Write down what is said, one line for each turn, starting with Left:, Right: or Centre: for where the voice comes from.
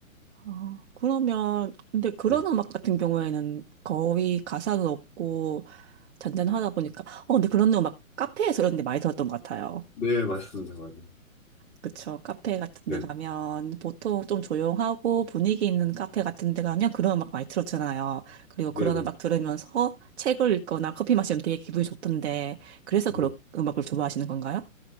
Right: 어, 그러면, 근데 그런
Left: 네,
Right: 음악 같은 경우에는 거의 가사는 없고, 잔잔하다 보니까 어 근데 그런 거막 카페에서 이런 데 많이 들었던 것 같아요.
Left: 네, 맞습니다. 맞아요.
Right: 그쵸. 카페 같은
Left: 네,
Right: 데 가면 보통 좀 조용하고 분위기 있는 카페 같은 데 가면 그런 음악 많이 들었잖아요. 그리고
Left: 네,
Right: 그런
Left: 네.
Right: 음악 들으면서 책을 읽거나 커피 마시면 되게 기분이 좋던데 그래서
Left: 네.
Right: 그런 음악을 좋아하시는 건가요?